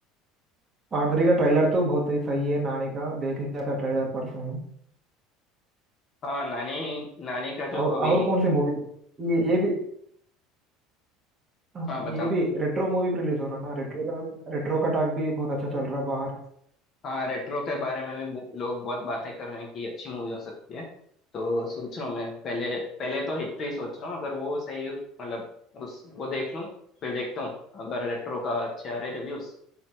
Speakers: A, on the right; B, on the left.
A: पार्ट थ्री का ट्रेलर तो बहुत ही सही है नानी का देख लिया था ट्रेलर परसों ही।
B: हाँ नानी नानी का
A: और
B: जो अभी
A: और कौन सी मूवी ये ये भी हाँ,
B: हाँ बताओ
A: ये भी रेट्रो मूवी रिलीज हो रहा ना रेट्रो का रेट्रो का टॉक भी बहुत अच्छा चल रहा बाहर
B: हाँ रेट्रो के बारे में भी मु- लोग बहुत बातें कर रहे हैं कि अच्छी मूवी हो सकती है तो सोच रहा हूँ मैं पहले पहले तो हिट ही सोच रहा हूँ अगर वो सही मतलब उस वो देख लूँ फिर देखता हूँ अगर रेट्रो का अच्छे आ रहे रिव्यूज